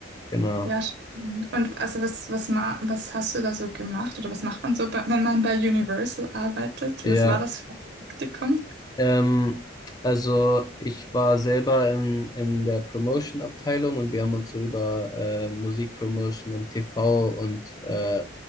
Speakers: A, on the left; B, on the right.
A: Genau.
B: Ja, stimmt. Und also was, was, ma was hast du da so gemacht oder was macht man so, bei, wenn man bei Universal arbeitet?
A: Ja.
B: Was war das für ein Praktikum?
A: Ähm, also ich war selber in, in der Promotion-Abteilung und wir haben uns so über äh, Musikpromotion im TV und äh,